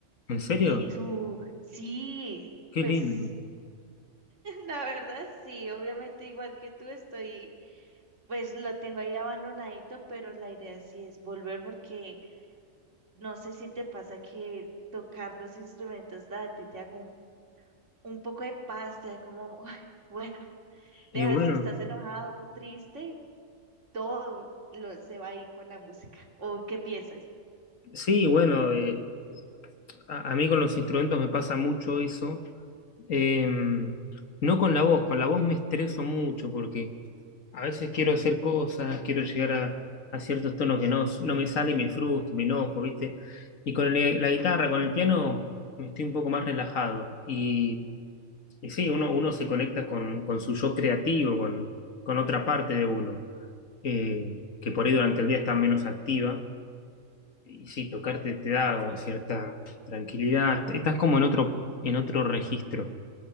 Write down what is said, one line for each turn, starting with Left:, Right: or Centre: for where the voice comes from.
Left: ¿En serio?
Right: Y tú, sí,
Left: Qué
Right: pues.
Left: lindo.
Right: La verdad, sí, obviamente igual que tú estoy, pues lo tengo ahí abandonadito, pero la idea sí es volver porque no sé si te pasa que tocar los instrumentos da- a ti te da como un poco de paz, te da como, <laughs> "Uy, bueno, deja
Left: Y bueno,
Right: si estás enojado, triste, todo lo, se va ahí con la música. ¿O qué piensas?
Left: sí, bueno, eh, a, a mí con los instrumentos me pasa mucho eso. Eh, no con la voz, con la voz me estreso mucho porque a veces quiero hacer cosas, quiero llegar a, a ciertos tonos que no, no me sale y me frustro, me enojo, ¿viste? Y con el- la guitarra, con el piano, me estoy un poco más relajado. Y, y sí, uno, uno se conecta con, con su yo creativo, con, con otra parte de uno, eh, que por
Right: Sí.
Left: ahí durante el día está menos activa. Y sí, tocarte te da como cierta tranquilidad, estás como en otro, en otro registro.